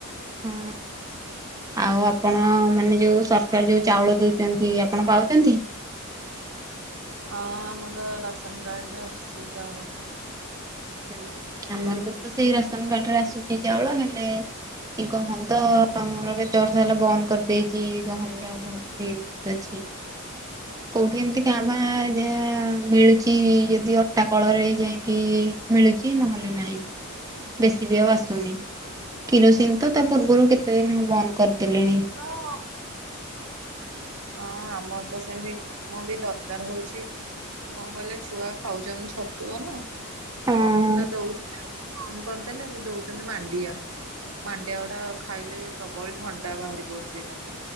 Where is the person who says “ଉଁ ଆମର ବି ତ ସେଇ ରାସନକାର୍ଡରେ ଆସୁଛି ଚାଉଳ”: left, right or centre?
Right